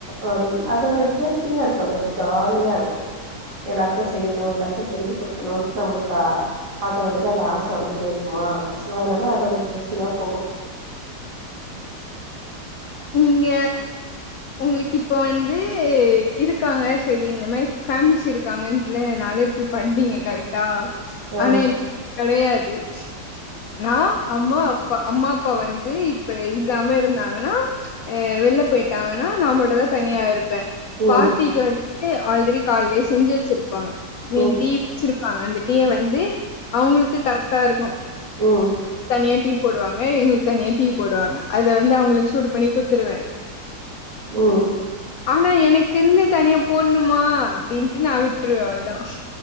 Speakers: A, on the right; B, on the left.
A: அப்படின்னு அது ஒரு இன்ட்ரெஸ்ட்டிங்கா இருக்கும் அது ஒரு ஜாலியா இருக்கும் எல்லாருக்கும் செய்யணு எல்லாருக்கு செஞ்சு கொடுக்கணு நம்மளுக்கு ஆட்டோமேட்டிக்கா ஆச வந்துட்டே இருக்குமா அதனால அது ஒரு இன்ட்ரெஸ்டிங்கா போகும்
B: நீங்க உங்களுக்கு இப் இப்ப வந்து இருக்காங்க சரி இந்த மாரி ஃபேமிலிஸ் இருக்காங்கன்றனால இப்டி பண்ணிங்க கரெக்டா
A: ஆ
B: <unintelligible> நா அம்மா அப்பா அம்மா அப்பா வந்து இப்ப இல்லாம இருந்தாங்கன்னா அஹ் வெளால போயிட்டாங்கன்னா நாமட்டு தான் தனியாருப் பேன்
A: ம்
B: பாட்டிக்கு வந் ஆல்ரெடி கால்லே செஞ்சு வச்சிருப்பாங்க <unintelligible>
A: ம்
B: இருப்பாங்க அந்த டீய வந்து அவுங்களுக்கு கரெக்டா இருக்கு
A: உம்
B: தனிய டீ போடுவாங்க இவுங்களுக்கு தனியா டீ போடுவாங்க அத வந்து அவுங்களுக்கு சுடு பண்ணி கொடுத்துருவே
A: ம்
B: ஆனா எனக்கு இருந்து தனியா போணுமா அப்பிடின்ட்டு நா விட்டுருவே அவள தா